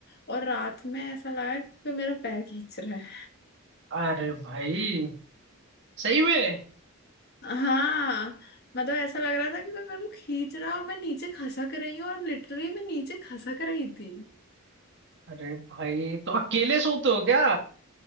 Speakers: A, on the left; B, on the right.
A: और रात में ऐसा लगा कि मेरा पैर खींच रहा है
B: अरे भाई सही में
A: हाँ मतलब ऐसा लग रहा था कि कोई मेरे को खींच रहा है और मैं नीचे खसक रही हूँ और लिटरली मैं नीचे खसक रही थी
B: अरे भाई तो अकेले सोते हो क्या